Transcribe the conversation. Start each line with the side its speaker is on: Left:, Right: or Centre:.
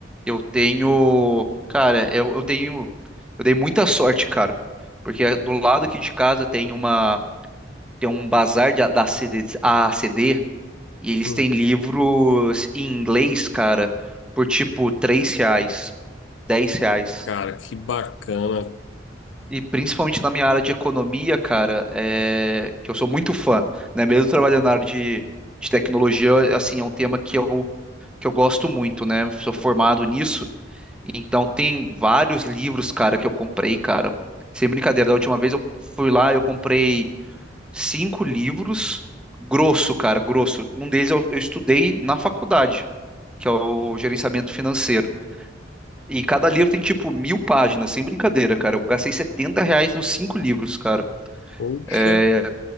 Centre: eu tenho. Cara, eu, eu tenho. Eu dei muita sorte, cara. Porque é- do lado aqui de casa tem uma. Tem um bazar de- da CD, AACD. E eles
Left: Hum.
Centre: têm livros em inglês, cara, por tipo três reais. 10 reais.
Left: Cara, que bacana.
Centre: E principalmente na minha área de economia, cara, é... que eu sou muito fã, né? Mesmo trabalhando na área de, de tecnologia, assim, é um tema que eu, que eu gosto muito, né? Sou formado nisso. Então tem vários livros, cara, que eu comprei, cara. Sem brincadeira, da última vez eu fui lá, eu comprei cinco livros, grosso, cara, grosso. Um deles eu, eu estudei na faculdade, que é o gerenciamento financeiro. E cada livro tem tipo mil páginas, sem brincadeira, cara. Eu gastei 70 reais nos cinco livros, cara.
Left: Poxa,
Centre: É,